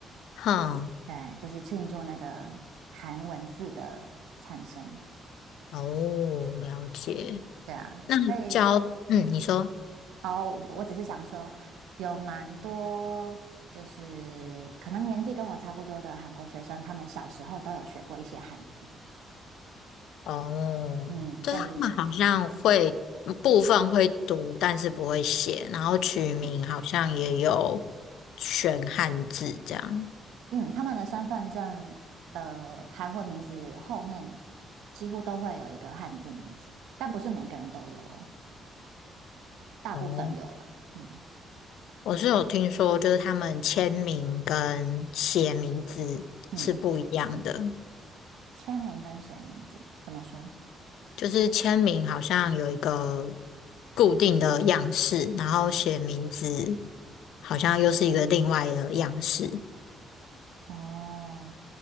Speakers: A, on the left (about 80°); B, on the right (about 90°).
A: 哼，
B: 对，就是庆祝那个韩文字的产生，
A: 哦，了解。
B: 对啊，
A: 那教，
B: 所以
A: 嗯，你说，
B: 哦，我只是想说，有蛮多就是可能年纪跟我差不多的韩国学生，他们小时候都有学过一些汉字，
A: 哦，
B: 嗯，
A: 对，
B: 所以
A: 他们好像会嗯部分会读，但是不会写，然后取名好像也有
B: 嗯
A: 选汉字这样。
B: 嗯，他们的身份证的韩文名字后面几乎都会有一个汉字名字，但不是每一个人都有哦，大部分有啦，
A: 哦，
B: 嗯
A: 我是有听说，就是他们签名跟写名字是不一样的。
B: 嗯，签名跟写名字怎么说？
A: 就是签名好像有一个固定的样式，然后写名字好像又是一个另外的样式，
B: 嗯哦，